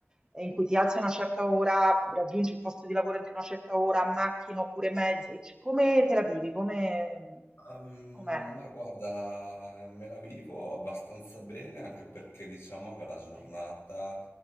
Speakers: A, on the right; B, on the left.
A: eh, in cui ti alzi a una certa ora, raggiungi il posto di lavoro entro una certa ora, a macchina oppure mezzi, c- come te la vivi? Come,
B: Ehm,
A: com'è?
B: ma guarda, me la vivo abbastanza bene anche perché diciamo che la giornata,